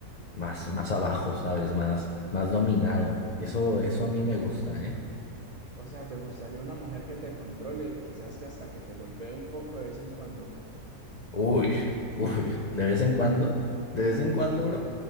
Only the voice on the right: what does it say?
O sea, ¿te gustaría una mujer que te controle, quizás que hasta que te golpee un poco de vez en cuando?